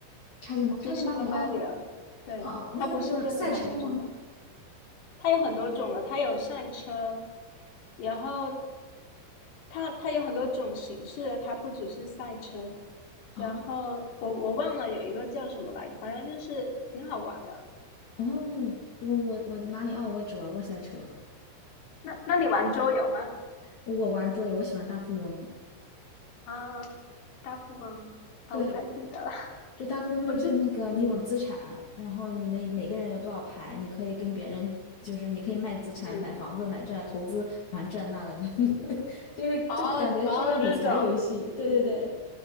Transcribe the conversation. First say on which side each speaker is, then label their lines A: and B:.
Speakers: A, on the left; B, on the left.
A: 超级马超级马里奥，
B: 就是 Super Mario。
A: 哦
B: 对，
A: 哦，
B: 它不是任天堂那种吧？
A: 那个不就是赛车吗？
B: 它有很多种了，它有赛车，然后它它有很多种形式的它不只是赛车。然后我我忘了有一个叫什么来着，
A: 哦
B: 反正就是挺好玩的。
A: 哦，我我我马里奥我只玩过赛车，
B: 那那你玩桌游吗？
A: 我玩桌游，我喜欢大富翁。
B: 啊，大富翁啊，
A: 对，
B: 我不太记得了。
A: 就大富翁就是那个你有资产，
B: 我记，嗯
A: 然后你们每个人有多少牌，你可以跟别人就是你可以卖资产、
B: 嗯，
A: 买房子、买这投资，然后这那的，就 <laughs> 就是就感觉是个理财游戏。
B: 哦哦，那种，
A: 对对对。
B: 嗯